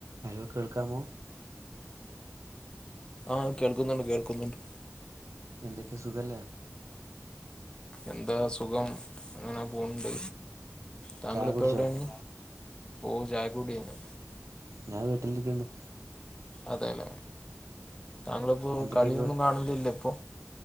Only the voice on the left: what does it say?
ആഹാ കേൾക്കുന്നുണ്ട്, കേൾക്കുന്നുണ്ട്.
എന്താ സുഖം അങ്ങനെ പോണ്ട്. താങ്കളിപ്പോ
എവിടെയാണ് ഓഹ്, ചായൊക്കെ കുടിക്കായിഞ്ഞു.
അതെയല്ലെ താങ്കളിപ്പോ
കളിയൊന്നും കാണുന്നില്ല ഇപ്പൊ